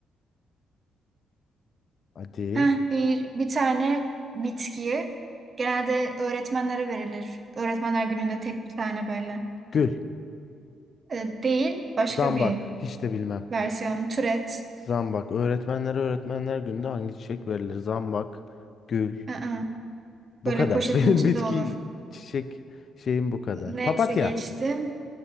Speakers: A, on the left; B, on the right.
A: Hadi.
B: Heh, bir, bir tane bitkiyi genelde öğretmenlere verilir. Öğretmenler gününde tek bir tane böyle.
A: Gül,
B: Ee, değil başka
A: zambak,
B: bir
A: hiç de bilmem.
B: versiyon türet.
A: Zambak. Öğretmenlere öğretmenler gününde hangi çiçek verilir? Zambak, gül.
B: Aa,
A: Bu
B: böyle
A: kadar.
B: poşetin
A: <laughs> Benim
B: içinde
A: bitki
B: olur.
A: çiçek şeyim bu kadar.
B: Neyse
A: Papatya,
B: geçtim.